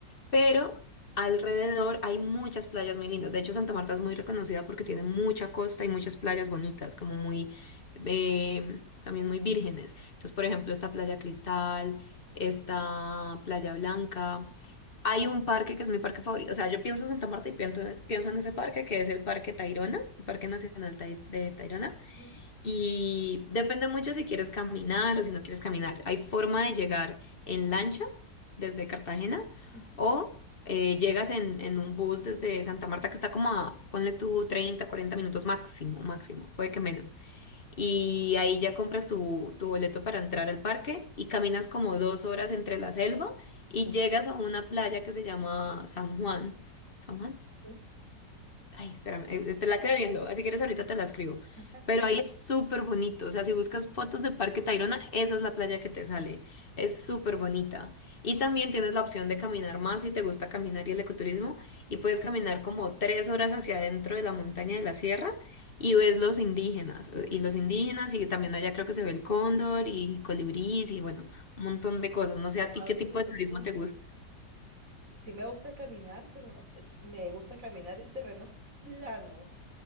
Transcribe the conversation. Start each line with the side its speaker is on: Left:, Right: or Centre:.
Left: pero alrededor hay muchas playas muy lindas. De hecho, Santa Marta es muy reconocida porque tiene mucha costa y muchas playas bonitas, como muy, eh, también muy vírgenes. Entonces, por ejemplo, esta Playa Cristal, esta Playa Blanca. Hay un parque que es mi parque favorito. O sea, yo pienso en Santa Marta y pienso, pienso en ese parque, que es el Parque Tayrona, el Parque Nacional Tai- de Tayrona.
Right: Ujú,
Left: Y depende mucho si quieres caminar o si no quieres caminar. Hay forma de llegar en lancha desde Cartagena
Right: ujú.
Left: o eh, llegas en, en un bus desde Santa Marta que está como a, ponle tú 30, 40 minutos máximo, máximo, puede que menos. Y ahí ya compras tu, tu boleto para entrar al parque y caminas como dos horas entre la selva y llegas a una playa que se llama San Juan. ¿San Juan?
Right: Mm.
Left: Ay, espérame, eh, eh, te la quedé viendo, así quieres ahorita te la escribo.
Right: Ajá.
Left: Pero ahí es súper bonito, o sea, si buscas fotos de Parque Tayrona, esa es la playa que te sale, es súper bonita. Y también tienes la opción de caminar más si te gusta caminar y el ecoturismo, y puedes caminar como tres horas hacia adentro de la montaña de la sierra y ves los indígenas, eh, y los indígenas, y también allá creo que se ve el cóndor y colibrís y bueno, un montón de cosas. No sé a
Right: Guau,
Left: ti qué tipo
Right: qué bonito.
Left: de turismo te gusta.
Right: Sí me gusta caminar, pero es- me gusta caminar en terrenos planos.